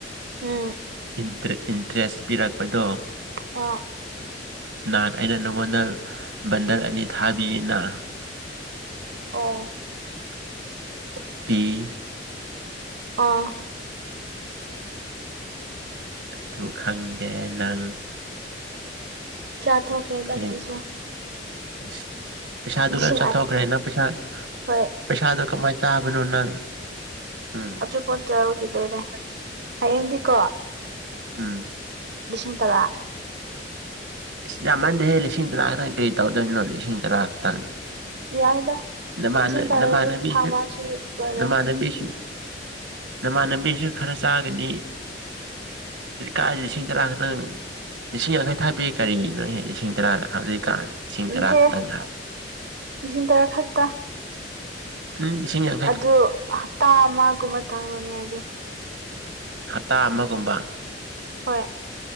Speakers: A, on the right; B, on the right.
A: ꯎꯝ
B: ꯏꯟꯇꯔꯦꯁ ꯏꯟꯇ‍ꯦꯁ ꯄꯤꯔꯛꯄꯗꯣ
A: ꯑꯣ
B: ꯅꯍꯥꯟ ꯑꯩꯅ ꯅꯪꯉꯣꯟꯗ ꯕꯟꯗꯜ ꯑꯅꯤ ꯊꯥꯕꯤꯔꯤꯅ <unintelligible>
A: ꯑꯣ ꯑꯥ
B: ꯑꯗꯨ ꯈꯪꯗꯦ ꯅꯪ
A: ꯆꯥꯊꯣꯛꯈꯔꯦꯗ
B: ꯍꯌꯦꯡ
A: ꯑꯗꯨꯁꯨ
B: <unintelligible> ꯄꯩꯁꯥꯗꯨ
A: ꯂꯤꯁꯤꯡ
B: ꯂꯣꯏ ꯆꯠꯊꯣꯛꯈ꯭ꯔꯦ
A: ꯑꯅꯤ
B: ꯅꯪ ꯄꯩꯁꯥ
A: ꯍꯣꯏ
B: ꯄꯩꯁꯥꯗꯨ ꯀꯃꯥꯏꯅ ꯆꯥꯕꯅꯣ ꯅꯪ ꯎꯝ
A: ꯑꯇꯣꯞꯄ ꯇꯧꯔꯒꯥ ꯂꯣꯏꯔꯦ ꯍꯌꯦꯡꯗꯤꯀꯣ
B: ꯎꯝ
A: ꯂꯤꯁꯤꯡ ꯇꯔꯥ
B: ꯏꯁ ꯌꯥꯝꯃꯟꯗꯦꯍꯦ ꯂꯤꯁꯤꯡ ꯇꯔꯥ ꯈꯛꯇꯪ ꯀꯔꯤ ꯇꯧꯗꯣꯏꯅꯣ ꯂꯤꯁꯤꯡ ꯇꯔꯥ ꯈꯛꯇꯪ
A: ꯌꯥꯏꯗ
B: ꯅ ꯃꯥꯅ
A: ꯂꯤꯁꯤꯡ ꯇꯔꯥꯁꯨ
B: ꯅ ꯃꯥꯅꯕꯤꯒ
A: ꯊꯥ ꯑꯃꯁꯨ ꯂꯣꯏꯔꯣꯏ
B: ꯅꯃꯥꯅꯕꯤꯁꯤꯡ ꯅꯃꯥꯟꯅꯕꯤꯁꯨ ꯈꯔ ꯆꯥꯒꯅꯤ ꯀꯥꯥꯏꯗꯩꯩ ꯂꯤꯁꯤꯡ ꯇꯔꯥ ꯈꯛꯇꯪ ꯂꯤꯁꯤꯡ ꯌꯥꯡꯈꯥꯏ ꯊꯥꯕꯤ ꯀꯔꯤꯅꯣꯅꯦ ꯂꯤꯁꯤꯡ ꯇꯔꯥꯗ ꯍꯧꯖꯤꯛꯀꯥꯟ ꯂꯤꯁꯤꯡ
A: ꯅꯠꯇꯦ
B: ꯇꯔꯥ ꯈꯛꯇꯪ ꯍꯥ
A: ꯂꯤꯁꯤꯡ ꯇꯔꯥ ꯈꯛꯇ
B: ꯎꯝ ꯂꯤꯁꯤꯡ ꯌꯥ
A: ꯑꯗꯨ ꯍꯞꯇꯥ ꯑꯃꯒꯨꯝꯕ ꯇꯧꯔꯅꯤ ꯍꯥꯏꯗꯤ
B: ꯍꯞꯇꯥ ꯑꯃꯒꯨꯝꯕ
A: ꯍꯣꯏ